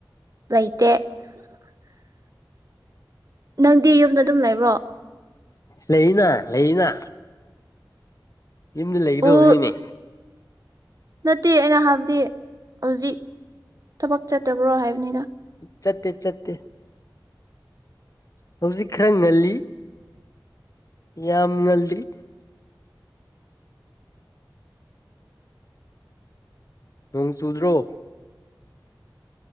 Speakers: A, on the right; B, on the left.
A: ꯂꯩꯇꯦ ꯅꯪꯗꯤ ꯌꯨꯝꯗ ꯑꯗꯨꯝ ꯂꯩꯕ꯭ꯔꯣ
B: ꯂꯩꯅ ꯂꯩꯅ ꯌꯨꯝꯗ ꯂꯩꯒꯗꯧꯕꯅꯤꯅꯦ
A: ꯑꯣ ꯅꯠꯇꯦ ꯑꯩꯅ ꯍꯥꯏꯕꯗꯤ ꯍꯧꯖꯤꯛ ꯊꯕꯛ ꯆꯠꯇꯕ꯭ꯔꯣ ꯍꯥꯏꯕꯅꯤꯗ
B: ꯆꯠꯇ ꯆꯠꯇꯦ ꯍꯧꯖꯤꯛ ꯈꯔ ꯉꯜꯂꯤ ꯌꯥꯝ ꯉꯜꯂꯤ ꯅꯣꯡ ꯆꯨꯗ꯭ꯔꯣ